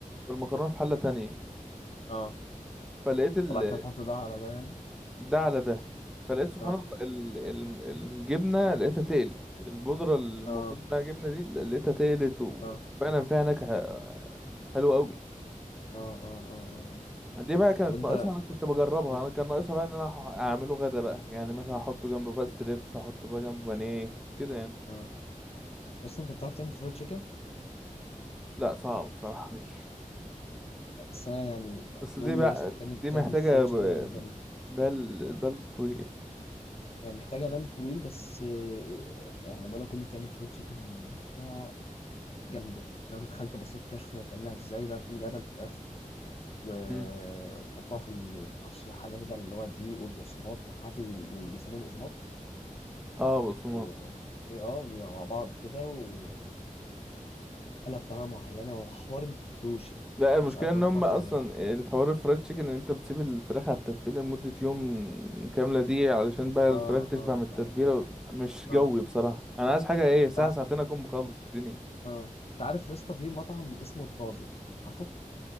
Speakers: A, in the centre; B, on the left.
A: والمكرونه
B: اه
A: في حله تانية
B: اه
A: فلقيت ال-
B: وبعد كده تحط ده على ده يعني
A: ده على ده فلقيت سبحان
B: اه
A: الله ال... ال... الجبنه لقيتها تقلت البودره اللي المفروض
B: اه
A: انها جبنه دي لقيتها تقلت وفعلا
B: اه
A: فيها نكهه حلوه قوي
B: اه اه اه اه اه.
A: دي بقى كانت
B: طب انت
A: ناقصها انا كنت بجربها
B: اه
A: انا كان ناقصها بقى ان انا هح- اعمله غدا بقى يعني مثلا احطه جنبه بقى ستريبس احطه بقى جنبه بانيه كده يعني
B: اه بس انت بتعرف تعمل فرايد تشيكن
A: لا صعب بصراحه دي
B: بس انا يعني
A: <laughs> بس
B: أنا
A: دي
B: امي
A: بقى
B: يا اسطى بتعمل
A: دي
B: بتعمل
A: محتاجه
B: فرايد تشيكن
A: ب...
B: جامده قوي
A: بال بال طويل
B: يعني محتاجه بال طويل بس آه، يعني بقول لك امي بتعمل فرايد تشيكن يا اسطى جامده انا كنت دخلت بصيت كده اشوف هي بتعملها ازاي بقى بتقوم جايبه الفراخ و-
A: مم.
B: وتحطها في ال- معرفش حاجه كده اللي هو الدقيق والبقسماط ما عارف اللي بي- بيسموه بقسماط
A: اه بص
B: و إيه، اه مع بعض كده وقلب بطريقه معينه وحوار ما فهمتوش يعني
A: لا المشكلة
B: كنت هسألك
A: ان
B: لو انت
A: هم
B: بتعرف
A: اصلا
B: تعمله
A: الحوار الفرايد تشيكن ان انت بتسيب الفراخ على التتبيلة لمدة يوم كاملة دي علشان بقى الفراخ
B: اه
A: تشبع
B: اه
A: من التتبيلة
B: اه اه
A: و- مش جوي
B: اه
A: بصراحة انا عايز حاجة ايه ساعة
B: تع...
A: ساعتين اكون مخلص الدنيا
B: اه انت عارف يا اسطى في مطعم اسمه الطازج عارفه في